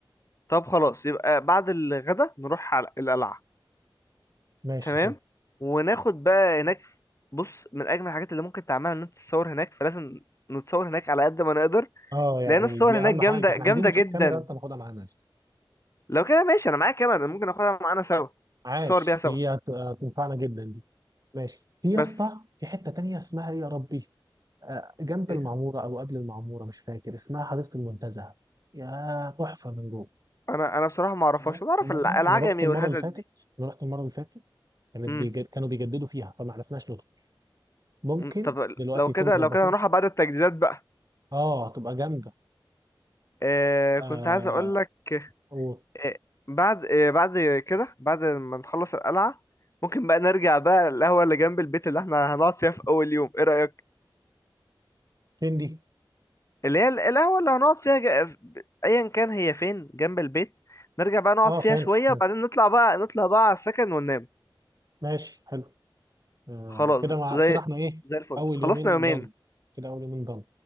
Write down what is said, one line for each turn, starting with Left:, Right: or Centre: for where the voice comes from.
Left: طب خلاص يبقى بعد الغدا نروح على القلعة
Right: ماشي
Left: تمام
Right: حلو
Left: وناخد بقى هناك بص من أجمل الحاجات اللي ممكن تعملها إن أنت تتصور هناك فلازم نتصور هناك على قد ما نقدر
Right: اه يعني
Left: لأن الصور
Right: دي
Left: هناك
Right: أهم
Left: جامدة
Right: حاجة احنا
Left: جامدة
Right: عايزين نشوف
Left: جدا
Right: كاميرا أنت ماخدها معانا يا اسطى.
Left: لو كده ماشي أنا معايا كاميرا ممكن آخدها معانا سوا
Right: عاش
Left: نتصور بيها سوا
Right: هي هت- هتنفعنا جدا دي ماشي في يا
Left: بس
Right: اسطى في حتة تانية اسمها إيه يا ربي آه، جنب
Left: إيه؟
Right: المعمورة أو قبل المعمورة مش فاكر اسمها حديقة المنتزه يا تحفة من جوه
Left: أنا أنا بصراحة ما أعرفهاش
Right: أنا رحت
Left: أنا أعرف
Right: مرة
Left: الع- العجمي
Right: أنا رحت المرة
Left: والحتت
Right: اللي فاتت
Left: دي
Right: أنا رحت المرة اللي فاتت كانت
Left: مم.
Right: بيجد... كانوا بيجددوا فيها فما عرفناش ندخل ممكن
Left: مم. طب
Right: دلوقتي
Left: لو
Right: يكونوا
Left: كده
Right: ظبطوها
Left: لو كده هنروح بعد التجديدات بقى
Right: اه هتبقى جامده
Left: آه
Right: آه
Left: كنت عايز أقول لك
Right: وفين
Left: إيه، بعد إيه، بعد كده بعد ما نخلص القلعة ممكن بقى نرجع بقى القهوة اللي جنب البيت اللي احنا هنقعد فيها في أول يوم ايه رأيك؟
Right: دي
Left: اللي هي ال- القهوة اللي هنقعد فيها ج... أيا كان هي فين جنب البيت نرجع بقى نقعد
Right: اه
Left: فيها
Right: فهمت
Left: شوية
Right: فهمت
Left: وبعدين نطلع بقى نطلع بقى على السكن وننام
Right: ماشي حلو آه
Left: خلاص
Right: كده مع
Left: زي
Right: كده احنا ايه
Left: زي الفل
Right: اول
Left: خلصنا
Right: يومين
Left: يومين
Right: ضن كده اول يومين ضن